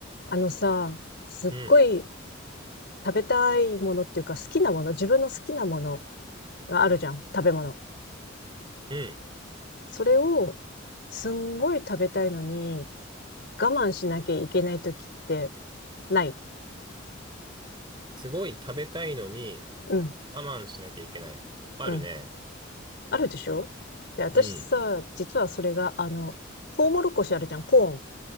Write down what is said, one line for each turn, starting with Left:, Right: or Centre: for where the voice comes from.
Left: あのさ、すっごい
Right: うん、
Left: 食べたいものっていうか好きなもの、自分の好きなものがあるじゃん、食べ物。
Right: うん。
Left: それをすんごい食べたいのに我慢しなきゃいけない時ってない。
Right: すごい食べたいのに
Left: うん、
Right: 我慢しなきゃいけない。あるね。
Left: うん。あるでしょで、私さ、
Right: うん、
Left: 実はそれが、あの、トウモロコシあるじゃん、コーン。